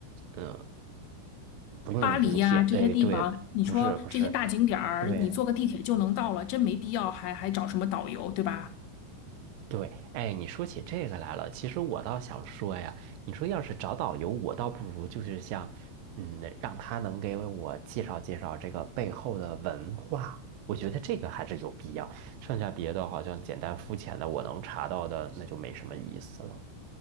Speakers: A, on the right (about 70°); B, on the left (about 90°).
A: 嗯，不用五天。
B: 巴黎呀、这些地方，
A: 哎，对，
B: 你说这些大景点儿，
A: 不是不是，对
B: 你坐个地铁就能到了，真没必要还还找什么导游，对吧？
A: 对，哎，你说起这个来了，其实我倒想说呀，你说要是找导游，我倒不如就是像，嗯，让他能给我介绍介绍这个背后的文化，我觉得这个还是有必要。剩下别的好像简单肤浅的，我能查到的那就没什么意思了。